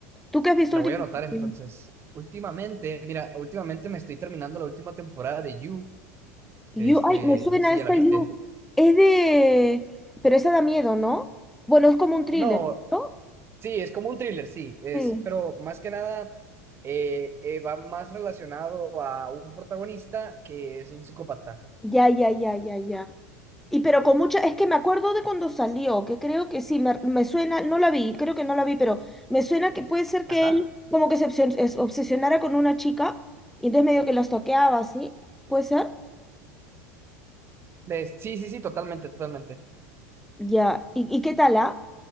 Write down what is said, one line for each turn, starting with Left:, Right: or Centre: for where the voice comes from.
Centre: ¿Tú qué has visto
Right: La
Centre: últimamente?
Right: voy a anotar entonces. Últimamente, mira, últimamente me estoy terminando la última temporada de You, de
Centre: You,
Right: este,
Centre: ay, me suena
Right: no sé si
Centre: esta
Right: ya la viste.
Centre: You. Es de... Pero esa da miedo, ¿no? Bueno, es como un thriller,
Right: No,
Centre: ¿no?
Right: sí, es como un thriller, sí, es,
Centre: Sí.
Right: pero más que nada eh, eh, va más relacionado a un protagonista que es un psicópata.
Centre: Ya, ya, ya, ya, ya. Y pero con mucha, es que me acuerdo de cuando salió, que creo que sí, me, me suena, no la vi, creo que no la vi, pero me suena que puede ser
Right: Ajá.
Centre: que él como que se obsesión- es- obsesionara con una chica y entonces medio que las toqueaba, ¿sí? ¿Puede ser?
Right: De- sí, sí, sí, totalmente, totalmente.
Centre: Ya. ¿Y, y qué tal, ah?